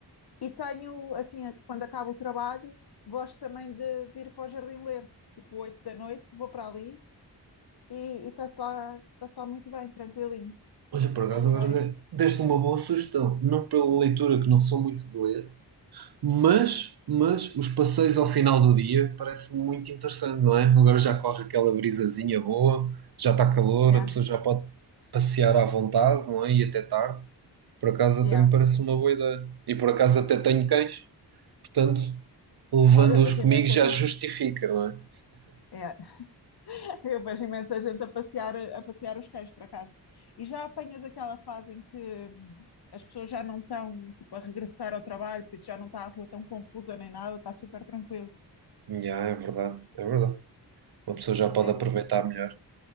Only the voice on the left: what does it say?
e tenho, assim, quando acabo o trabalho, gosto também de, de ir para o jardim ler, tipo oito da noite, vou para ali e e está-se lá, está-se lá muito bem, tranquilinho,
só
estou lá
eu.
Yeah,
yeah.
Olha, vejo
imensa
gente.
Yeah, Eu vejo imensa gente a passear, a passear os cães, por acaso. E já apanhas aquela fase em que as pessoas já não estão, tipo, a regressar ao trabalho, por isso já não está a rua tão confusa nem nada, está super tranquilo.
É
bom.